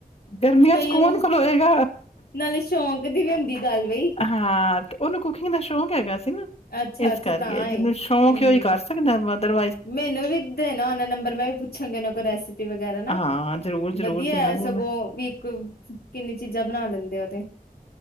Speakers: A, on the left; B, on the left.
A: ਗਰਮੀਆਂ
B: ਕਈਆਂ
A: ਚ ਕੌਣ
B: ਨੂੰ
A: ਖਲੋਏਗਾ।
B: ਨਾਲੇ ਸ਼ੌਕ ਦੀ ਵੀ ਹੁੰਦੀ ਗੱਲ ਬਈ
A: ਹਾਂ, ਤੇ ਉਹਨੂੰ ਕੁਕਿੰਗ ਦਾ ਸ਼ੌਂਕ ਹੈਗਾ ਸੀ ਨਾ,
B: ਅੱਛਾ-ਅੱਛਾ
A: ਇਸ ਕਰਕੇ
B: ਤਾਂ
A: ਜਿਹਨੂੰ
B: ਏ। ਹੂੰ
A: ਸ਼ੌਂਕ ਉਹੀ ਕਰ ਸਕਦਾ ਮਤਲਬ
B: ਮੈਨੂੰ ਵੀ ਦੇ ਨਾ ਉਹਨਾ ਦਾ ਨੰਬਰ, ਮੈਂ ਵੀ ਪੁੱਛਾਂਗੀ ਉਹਨਾਂ ਕੋਲ ਰੈਸਪੀ ਵਗੈਰਾ ਨਾ,
A: ਹਾਂ, ਜ਼ਰੂਰ-ਜ਼ਰੂਰ
B: ਵਧੀਆ
A: ਦਿਆਂਗੀ
B: ਹੈ, ਸਗੋਂ
A: ਮੈਂ
B: ਵੀ ਕਿੰਨੀ ਚੀਜ਼ਾਂ ਬਣਾ ਲੈਂਦੇ ਆ ਉਹ ਤੇ